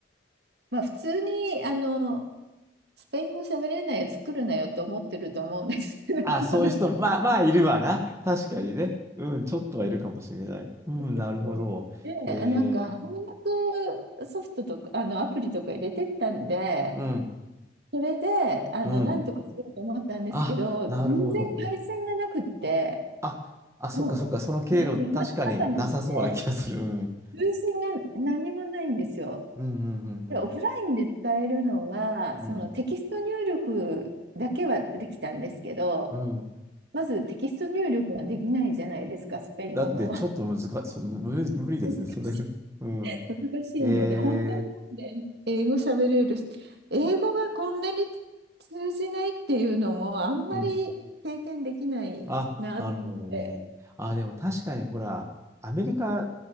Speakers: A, on the right; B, on the right.
A: まあ、普通に、あの、スペイン語喋れないやつ来るなよと思ってると思うんですけど、
B: あ、そういう人、
A: <laughs> あの、
B: まあまあいるわな。確かにね。うん、ちょっとはいるかもしれない。うん、
A: そうですね。
B: なるほど。
A: で、
B: えー、
A: なんか翻訳ソフトとか、あの、アプリとか入れてったんで、
B: うん、
A: それで、あの、
B: うん。
A: なんとかしようと思ったんですけど、
B: あ、なるほど。
A: 全然回線がなくって、
B: うん。あ、あ、そっかそっか。
A: も
B: その経路、
A: う、いや、山の中なんで、
B: 確かになさそうな気がする。うん、
A: 通信が何にもないんですよ。
B: うん、う
A: で、オフラインで使えるのが、
B: ん、うん、
A: そのテキスト入力だけはできたんですけど、
B: うん。うん。うん
A: まずテキスト入力ができないじゃないですか、スペイン語の。
B: だってちょっと難し、そう、む無理、無理ですね、
A: 難し
B: それ。<laughs> うん。
A: い、難しいので、
B: え
A: 本当になんで英語喋れるし、英語がこんなに通じないっていうのもあんまり経験できないなと思って、
B: えうん。あ、なるほどね。あ、でも確かにほら、アメリカ